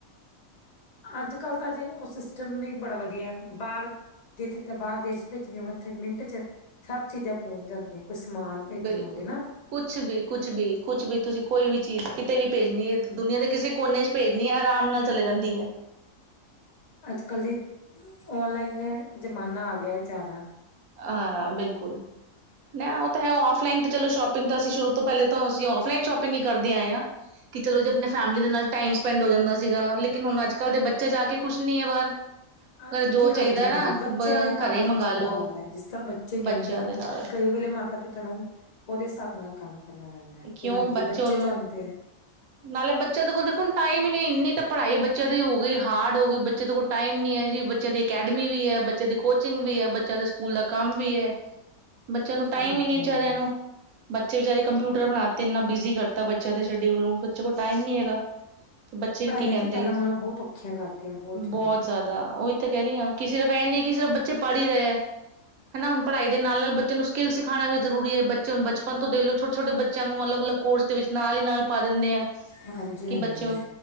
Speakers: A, on the left; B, on the right.
A: ਅੱਜ ਕੱਲ੍ਹ ਤਾਂ ਜੀ ਉਹ ਸਿਸਟਮ ਵੀ ਬੜਾ ਵਧੀਆ ਬਾਰ ਜਿੱਥ ਬਾਰ ਦੇਸ਼ ਭੇਜਣੀ ਹੋ ਉੱਥੇ ਮਿੰਟ ਚ ਸਭ ਚੀਜ਼ਾਂ ਪਹੁੰਚ ਜਾਂਦੀਆਂ ਕੋਈ ਸਮਾਨ ਭੇਜਣਾ
B: ਬਿਲਕੁਲ
A: ਹੋਵੇ ਨਾ
B: ਕੁਛ ਵੀ-ਕੁਛ ਵੀ-ਕੁਛ ਵੀ ਤੁਸੀਂ ਕੋਈ ਵੀ ਚੀਜ਼ ਕਿਤੇ ਵੀ ਭੇਜਣੀ ਹੈ ਦੁਨੀਆਂ ਦੇ ਕਿਸੇ ਕੋਨੇ ਚ ਭੇਜਣੀ ਹੈ ਆਰਾਮ ਨਾਲ ਚਲੇ ਜਾਂਦੀ ਏ
A: ਅੱਜ ਕੱਲ ਜੀ ਔਨਲਾਈਨ ਦਾ ਜ਼ਮਾਨਾ ਆ ਗਿਆ ਜ਼ਿਆਦਾ
B: ਹਾਂ ਹਾਂ ਬਿਲਕੁਲ ਨਾ ਉਹ ਤਾਂ ਹੈ ਆਫਲਾਈਨ ਚਲੋ ਸ਼ੋਪਿੰਗ ਤਾਂ ਅਸੀਂ ਸ਼ੁਰੂ ਤੋਂ ਪਹਿਲਾਂ ਤੋਂ ਅਸੀਂ ਆਫਲਾਈਨ ਸ਼ੋਪਿੰਗ ਈ ਕਰਦੇ ਆਏ ਆ ਕਿ ਚਲੋ ਜੀ ਅਪਨੇ ਫੈਮਲੀ ਦੇ ਨਾਲ ਟਾਈਮ ਸਪੈਂਡ ਹੋ ਜਾਂਦਾ ਸੀਗਾ ਲੇਕਿਨ ਹੁਨ ਅੱਜ ਕੱਲ੍ਹ ਦੇ ਬੱਚੇ ਬੱਚਾ ਜਾ ਕੇ ਖੁਸ਼ ਨੀ ਏ ਬਾਹਰ
A: ਹਾਂਜੀ
B: ਜੋ
A: ਹਾਂਜੀ
B: ਚਾਹੀਦਾ
A: ਹਾਂਜੀ
B: ਏ ਨਾ
A: ਬੱਚਿਆਂ ਦੇ ਨਾਲ
B: ਘਰੇ ਹੀ ਮੰਗਾ
A: ਚੱਲਣਾ
B: ਲੋ
A: ਪੈਂਦਾ ਹੈ ਜਿਸ ਤਰ੍ਹਾਂ ਬੱਚੇ
B: ਬੱਚਿਆਂ
A: ਕਹਿੰਦੇ ੳ
B: ਦੇ ਨਾਲ।
A: ਕਈ ਵੇਲੇ ਮਾਤਾ ਪਿਤਾ ਨੂੰ ਉਹਦੇ ਹਿਸਾਬ ਨਾਲ ਕੰਮ ਕਰਨਾ ਪੈਂਦਾ ਹੈ
B: ਕਿਉਂ
A: ਕਿ ਹਾਂਜੀ
B: ਬੱਚੇ ਨੂੰ
A: ਚਾਹੁੰਦੇ ਆ
B: ਨਾਲੇ ਬੱਚਿਆਂ ਦੇ ਕੋਲ ਦੇਖੋ ਹੁਨ ਟਾਈਮ ਈ ਨਹੀਂ ਇੰਨੀ ਤਾਂ ਪੜ੍ਹਾਈ ਬੱਚੇ ਬੱਚਿਆਂ ਦੀ ਹੋ ਗਈ ਹਾਰਡ ਹੋ ਗਈ ਬੱਚੇ ਦੇ ਕੋਲ ਟਾਈਮ ਨੀ ਏ ਜੀ ਬੱਚਿਆਂ ਦੀ ਅਕੈਡਮੀ ਵੀ ਏ ਬੱਚਿਆਂ ਦੀ ਕੋਚਿੰਗ ਵੀ ਏ ਬੱਚਾ ਸਕੂਲ ਦਾ ਕੰਮ ਵੀ ਏ ਬੱਚਿਆਂ ਨੂੰ ਟਾਈਮ
A: ਹਾਂਜੀ
B: ਈ ਨੀ ਵਿਚਾਰਿਆਂ
A: ਹਾਂਜੀ
B: ਨੂੰ ਬੱਚੇ ਵਿਚਾਰੇ ਕੰਪਿਊ ਟਰ ਬਣਾ ਤੇ ਇੰਨਾ ਬਿਜ਼ੀ ਕਰਤਾ ਬੱਚਿਆਂ ਦੇ ਸ਼ਡਿਊਲ ਨੂੰ ਬੱਚੇ ਕੋਲ ਟਾਈਮ ਨੀ ਹੈਗਾ ਬੱਚੇ
A: ਪੜ੍ਹਾਈਆਂ
B: ਵੀ ਕੀ ਕਹਿੰਦੇ
A: ਜੀ ਪਹਿਲਾਂ ਨਾਲੋਂ ਬਹੁਤ ਔਖੀਆਂ ਕਰਤੀਆਂ
B: ਬਹੁਤ
A: ਔਖੀਆਂ
B: ਜ਼ਿਆਦਾ ਉਈ ਤੇ ਕਹਿ ਰਹੀ ਹਾਂ ਕਿਸੇ ਤਰ੍ਹਾਂ ਇਹ ਨੀ ਕਿਸੇ ਤਰ੍ਹਾਂ ਬੱਚੇ ਪੜ੍ਹ ਈ ਰਹੇ ਏ ਹੈਨਾ ਹੁਣ ਪੜ੍ਹਾਈ ਦੇ ਨਾਲ ਬੱਚ ਨੂੰ ਸਕਿੱਲ ਸਖਾਨਾ ਵੀ ਜਰੂਰੀ ਏ ਬੱਚੇ ਹੁਣ ਬਚਪਨ ਤੋਂ ਦੇਖ ਲੋ ਛੋਟੇ-ਛੋਟੇ ਬੱਚੇ ਬੱਚਿਆਂ ਨੂੰ ਅਲੱਗ--ਅਲੱਗ ਕੋਰਸ ਦੇ ਵਿੱਚ ਨਾਲ ਈ ਨਾਲ ਪਾ ਦਿੰਨੇ ਆ
A: ਹਾਂਜੀ-ਹਾਂਜੀ
B: ਕਿ ਬੱਚੋਂ